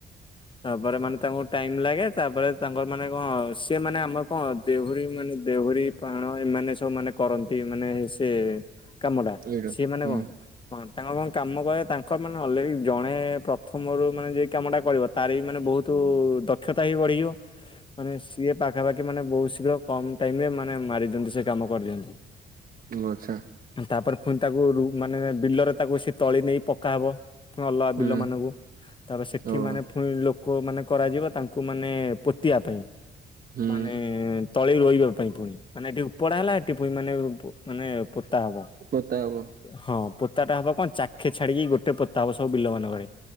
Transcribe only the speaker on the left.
ତାପରେ ମାନେ ତାଙ୍କୁ ଟାଇମ୍ ଲାଗେ। ତାପରେ ତାଙ୍କର ମାନେ କଣ ସିଏ ମାନେ ଆମର କଣ ଦେହୁରୀ ମାନେ ଦେହୁରୀ ପାଣ ଏମାନେ ସବୁ ମାନେ କରନ୍ତି। ମାନେ ସେ କାମୁଡା
ସିଏ ମାନେ
କଣ ତାଙ୍କ କଣ କାମ କ, ତାଙ୍କ ମାନେ ଅଲରେ ଜଣେ ପ୍ରଥମରୁ ମାନେ କାମଟା କରିବ। ତା'ର ବି ମାନେ ବହୁତୁ ଦ କ୍ଷତା ହି ବଢ଼ି ଯି। ମାନେ ସିଏ ପାଖାପା ମାନେ ବହୁତ୍ ଶୀଘ୍ର କମ୍ ଟାଇମ୍ ରେ ମାନେ ମାରି ଦିଅନ୍ତି, ସେ କାମ କରି ଦିଅନ୍ତି।
ତା'ପରେ ପୁଣି ତାକୁ ମାନେ ବିଲରେ ତାକୁ ସେ ତଳି ନେଇ ପକାହବ। ଅଲଗା
ବିଲ ମାନଙ୍କୁ ତା'ପରେ ସେଠି
ମାନେ ପୁ ଲୋକ ମାନେ କରାଯିବ, ତାଙ୍କୁ ମାନେ ପୋତିବା ପାଇଁ।
ମାନେ ତଳି ରୋଇବା ପାଇଁ, ପୁଣି ମାନେ ଏଠି ଉପଡା ହେଲା। ଏଠି ପୁଣି ମାନେ ମାନେ ପୋତା ହବ।
ହଁ! ପୋତାଟା ହବ କ ଖେ ଛାଡ଼ିକି ଗୋଟେ ପୋତା ହବ। ସବୁ ବିଲ ମାନଙ୍କରେ